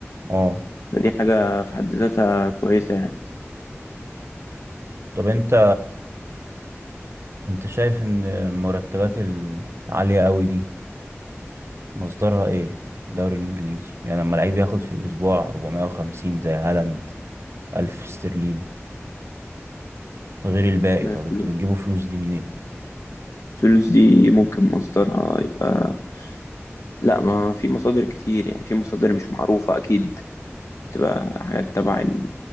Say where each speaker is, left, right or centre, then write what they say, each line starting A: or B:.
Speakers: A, on the right; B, on the left.
A: اه
B: فدي حاجة في حد ذاتها كويسة يعني
A: طب انت انت شايف ان المرتبات العالية قوي دي مصدرها ايه الدوري الانجليزي يعني لما لعيب ياخد في الاسبوع 450 زي هالاند 1000 استرليني غير الباقي
B: ما
A: طب
B: في-
A: انتوا بتجيبوا فلوس دي منين
B: الفلوس دي ممكن مصدرها يبقى لا ما في مصادر كتير يعني في مصادر مش معروفة أكيد بتبقى حاجات تبع ال-